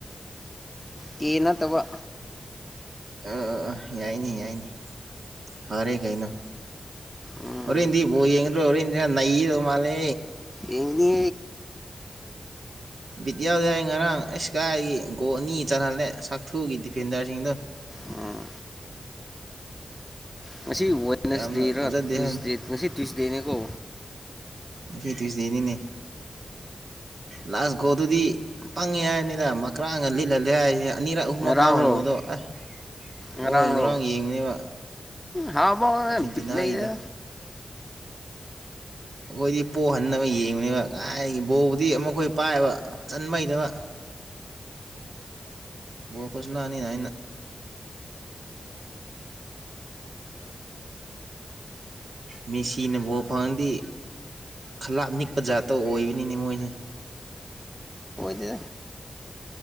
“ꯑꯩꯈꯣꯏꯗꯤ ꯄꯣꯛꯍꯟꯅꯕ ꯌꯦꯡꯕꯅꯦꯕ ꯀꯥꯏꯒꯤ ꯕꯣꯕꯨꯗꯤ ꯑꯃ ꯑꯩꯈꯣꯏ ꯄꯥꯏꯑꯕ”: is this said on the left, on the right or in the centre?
Right